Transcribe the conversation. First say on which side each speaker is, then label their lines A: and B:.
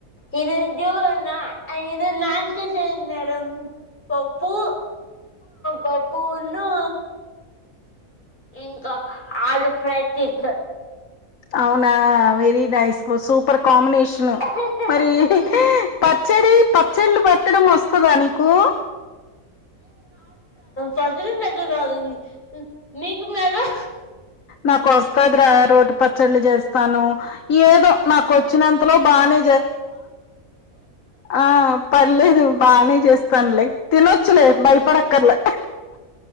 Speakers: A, on the left; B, on the left.
A: ఈరోజు ఇది నన్నచేశారు మేడం పప్పు పప్పున్ను ఇంకా ఆలు ఫ్రైడ్ చేసారు
B: అవునా వెరీ నైస్ ను సూప్ పర్ కాంబినేషన్
A: చేసారు
B: మరి పచ్చడి పచ్చళ్ళు పట్టడం వస్తదా నీకు
A: ప్రజలు పెగద్ద రాలంది మీకు మేడం
B: నాకు వస్తుది రా రోటి పచ్చళ్ళ చేస్తాను ఏదో నాకు వచ్చినంతలో బాగానే ఆ పర్లేదు బాగానే చేస్తానులే తినొచ్చులే భయపడక్కర్లే